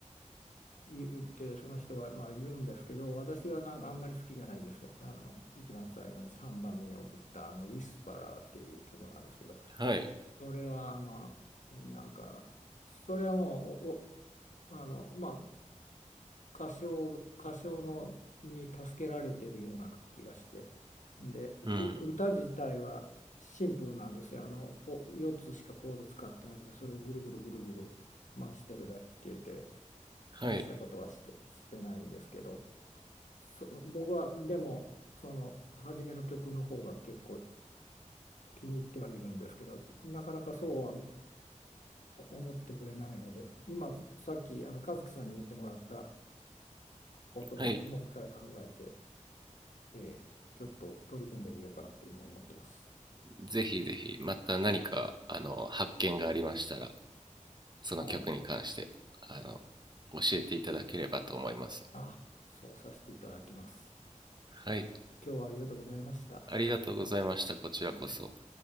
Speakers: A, on the left; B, on the right.
A: 言ってその人はまあ言うんですけど私はなんかあんまり好きじゃないんですあの一番最後に3番目に送ったあの「ウィスパラー」っていう曲なんですけど。
B: はい。
A: それはあのなんかそれはもうおおあのまあ歌唱歌唱のに助けられてるような気がしてでう歌自体はシンプルなんですよあの4つしかコード使ってなくてそれをぐるぐるぐるぐる回してるだけで
B: うん。はい。
A: 大したことはして、してないんですけどそ僕はでもその初めの曲の方が結構気に入ってはいるんですけどなかなかそうは思ってくれないので、今、さっきあの和樹さんに言ってもらったことをもう一回考えて、
B: はい。
A: えーちょっと取り組んでみようかなと今思ってます。
B: ぜひぜひ、また何か、あの、発見がありましたら、その曲に関して、
A: はい。
B: あの、教えていただければと思います。
A: あ、そうさせていただきます。
B: はい。
A: 今日はありがとうございました。
B: ありがとうございました。こちらこそ。
A: はい